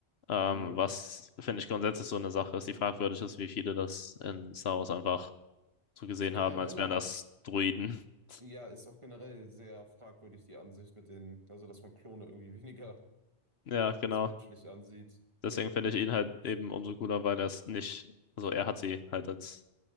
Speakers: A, on the left; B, on the right.
A: Ähm,
B: Mhm.
A: was, finde ich, grundsätzlich so eine Sache ist, die fragwürdig ist, wie viele das in Star Wars einfach so gesehen
B: Ist generell
A: haben, als wären
B: auch,
A: das Droiden. <laughs>
B: ja, ist auch generell sehr fragwürdig die Ansicht mit den, also dass man Klone irgendwie <laughs> weniger
A: Ja, genau.
B: als menschlich ansieht.
A: Deswegen finde ich ihn halt eben umso cooler, weil er es nicht, also er hat sie halt als